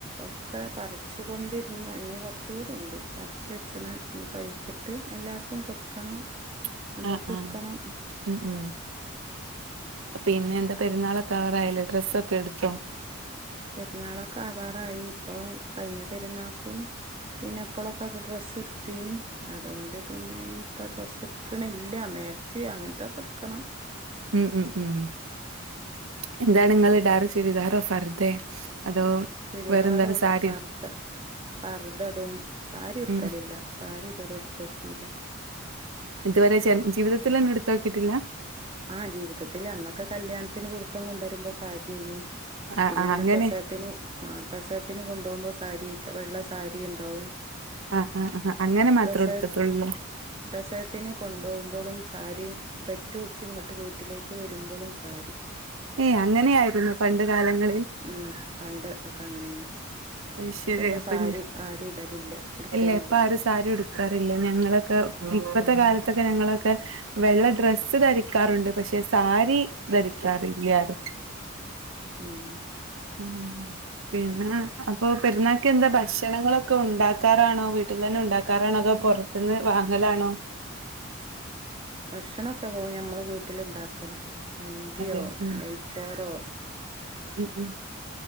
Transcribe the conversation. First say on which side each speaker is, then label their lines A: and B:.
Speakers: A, on the right; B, on the right.
A: ഒക്കെ പറിച്ചു കൊണ്ടിരുന്ന ഇനി കുറചൂടിയുണ്ട് പറിച്ച് വെച്ചത് പിന്നെ പഴുത്തിട്ട് എല്ലാവർക്കും കൊടുക്കണം
B: <unintelligible>
A: നമ്മക്ക് കൊടുക്കണോ
B: ആഹ് ഉം ഉം പിന്നെ എന്താ പെരുന്നാളൊക്കെ ആവാറായില്ലേ ഡ്രസ്സൊക്കെ എടുത്തോ
A: പെരുന്നാളൊക്കെ ആവാറായി ഇപ്പൊ കഴിഞ്ഞ പെരുന്നാക്കും പിന്നെ എപ്പോളോക്കെ ഡ്രസ്സ് ഇർത്തീനി അതുകൊണ്ട് പിന്നെ ഇനിയിപ്പോ ഡ്രസ്സ് എടുക്കണില്ല മേടിച്ച് അങ്ങനത്തെക്കെ എടുക്കണം
B: ഉം ഉം ഉം എന്താണ് നിങ്ങ ഇടാറ് ചുരിദാറോ ഫറുതെ അതോ
A: ചുരിദാറും
B: വേറെന്താണ്
A: ഇടും
B: സാരിയോ
A: ഫർദ ഫറുദ ഇടും സാരി ഉടുക്കലില്ല
B: ഉം
A: സാരി ഇതുവരെ ഉടുത്തട്ടില്ല
B: ഇതുവരെ ജീവിതത്തിൽ തന്നെ ഉടുത്ത് നോക്കിയിട്ടില്ല
A: ആഹ ജീവിതത്തിൽ അന്നൊക്കെ കല്യാണത്തിന് പുതുക്കം കൊണ്ടുവരുമ്പോ സാരിയയിനി
B: ആഹ്
A: പിന്നെ
B: ആഹ്
A: അന്ന്
B: അങ്ങനെ
A: പ്രസ ത്തിന് ആ പ്രസവത്തിനന് കൊണ്ടുപോകുമ്പോ സാരി വെള്ള സാരി ഉണ്ടാവും
B: ആ ആ ആ അങ്ങനെ മാത്രേ
A: പ്രസവ
B: ഉടുത്തിട്ടുളള്ളൂല്ലെ
A: പ്രസവത്തിന് കൊണ്ടോകുമ്പോഴും സാരി പെറ്റു ഇങ്ങോട്ട് വീട്ടിലേക്ക് വരുമ്പോളും സാരി
B: ഏയ് അങ്ങനെയായിരുന്നു പണ്ട് കാലങ്ങളിൽ
A: മ് പണ്ട് ഒക്കെ അങ്ങനെന്
B: അത് ശരി
A: പിന്നെ
B: അപ്പൊ
A: സാരി
B: ഞ
A: ആരു ഇടലില്ല ഉടുക്കലില്ല
B: ഇല്ല ഇപ്പൊ ആരും സാരി ഉടുക്കാറില്ല ഞങ്ങളൊക്കെ ഇപ്പത്തെ കാലത്തൊക്കെ ഞങ്ങളൊക്കെ വെള്ള ഡ്രസ്സ് ധരിക്കാറുണ്ട് പക്ഷെ സാരി ധരിക്കാറില്ലാരും <inaudible>
A: ഉം
B: ഉം പിന്ന അപ്പൊ പെരുന്നാള്ക്ക് എന്താ ഭക്ഷണങ്ങളൊക്കെ ഉണ്ടാക്കാറാണോ വീട്ടിൽ തന്നെ ഉണ്ടാക്കാറാണോ അതൊ പുറ പിന്നെ വാങ്ങലാണോ
A: ഭക്ഷണൊക്കെ പോവും ഞമ്മള് വീട്ടില് ഇണ്ടാക്കല മന്തിയോ
B: അതെ ഉം
A: ചോറോ
B: ഉം